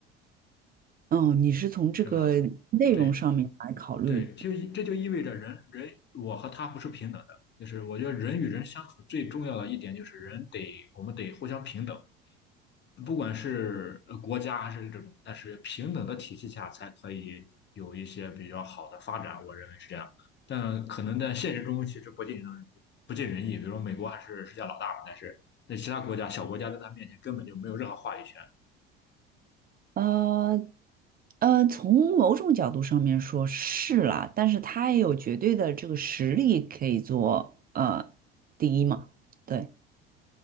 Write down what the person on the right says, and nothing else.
哦，你是从这个内容上面来考虑
呃呃，从某种角度上面说是啦，但是他也有绝对的这个实力可以做呃第一嘛，对，